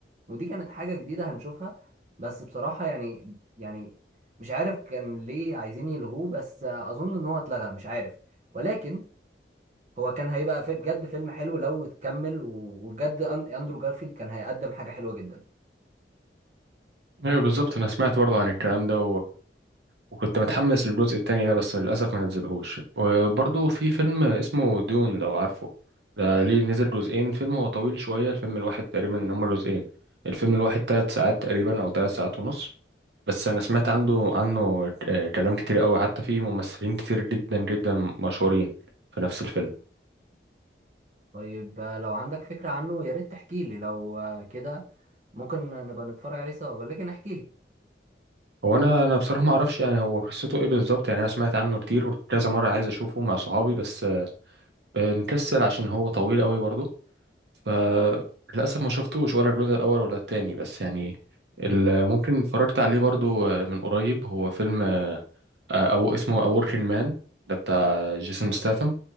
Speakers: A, on the right (about 40°); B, on the right (about 75°).
A: ودي كانت حاجة جديدة هنشوفها بس بصراحة يعني يعني مش عارف كان ليه عايزين يلغوه بس أظن إن هو اتلغى مش عارف ولكن هو كان هيبقى في بجد فيلم حلو لو اتكمل و- وبجد أن- أندرو جارفيلد كان هيقدم حاجة حلوة جدا
B: ايوه بالظبط انا سمعت برضو عن الكلام ده وكنت متحمس للجزء التاني ده بس للأسف ما نزلهوش وبرضه في فيلم اسمه دون لو عارفه ده ليه نزل جزئين فيلم هو طويل شوية الفيلم الواحد تقريبا إن هما جزئين الفيلم الواحد تلات ساعات تقريبا أو تلات ساعات ونص بس أنا سمعت عنده عنه آه، كلام كتير أوي حتى في ممثلين كتير جدا جدا مشهورين في نفس الفيلم
A: طيب آه، لو عندك فكرة عنه يا ريت تحكي لي لو آه، كده ممكن نبقى نتفرج عليه سوا ولكن احكي لي
B: هو أنا أنا بصراحة ما أعرفش يعني هو قصته إيه بالظبط يعني أنا سمعت عنه كتير وكذا مرة عايز أشوفه مع صحابي بس آه، نكسل عشان هو طويل أوي برضه فللأسف ما شفتوش ولا الجزء الأول ولا التاني بس يعني ال- ممكن اتفرجت عليه برضو آه، من قريب هو فيلم آه، أو اسمه A Working Man ده بتاع جيسون ستاثام